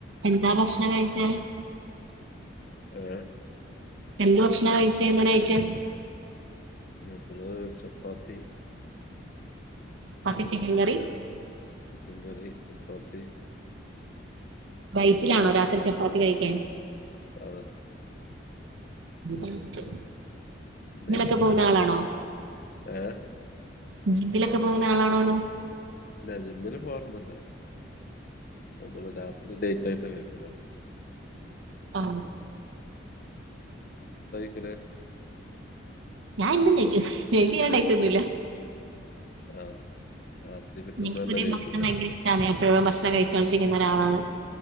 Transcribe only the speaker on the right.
എന്താ ഭക്ഷണം കഴിച്ചേ.
എന്ത് ഭക്ഷണം കഴിച്ചേ എന്തനായിട്ട്
പത്തി
ചിക്കൻ കറി.
ഡയറ്റിലാണോ
രാത്രി ചപ്പാത്തി കഴിക്കാൻ.
ജിമ്മിലൊക്കെ
പോവുന്നാളാണോ.
ജിപ്പിലൊക്കെ പോകുന്ന ആളാണോന്നോ
ആ
ഞാൻ ഇന്ന നക്കു നക്ക് കണ്ടായിത്തൊന്നുമല്ല
എനിക്ക് പുതിയ
ഭക്ഷണം ഭയങ്കര ഇഷ്ടമാണ് എപ്പോഴും ഭക്ഷണം കഴിച്ചൊണ്ടിരിക്കുന്ന ഒരാളാണ്